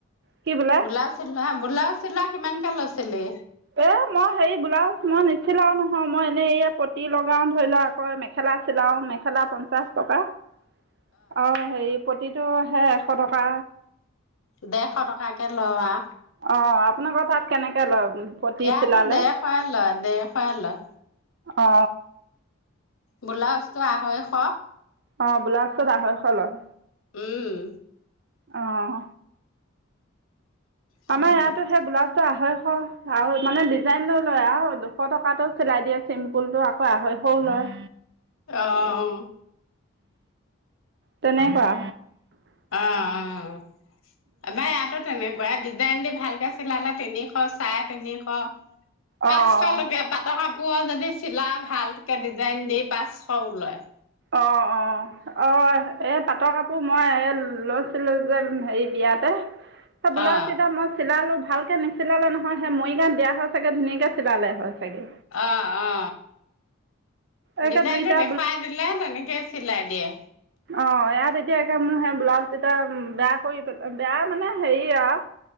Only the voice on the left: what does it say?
বোলাউজ চিলা বোলাউজ চিলোৱা কিমান কেলৈছিলি
দেৰশ টকাকে ল আ
ইয়াতো
ডেৰশই লয় ডেৰশই লয়
ব্লাউজটো আঢ়ৈশ
উম
তেনেকুৱা
অহ <inaudible>
অ অ এবাৰ ইয়াতো তেনেকুৱাই দিজাইন দি ভালকে চিলালে তিনিশ চাহ তিনিশ
পাঁচশ লকে পাতকাপুৰ কাপোৰ যদি চিলাই ভালকে ডিজাইন দি পাঁচশও লয়
অ
অহ অ
ডিজাইনটো
দেখুৱাই দিলে তেনেকে চিলাই দিয়ে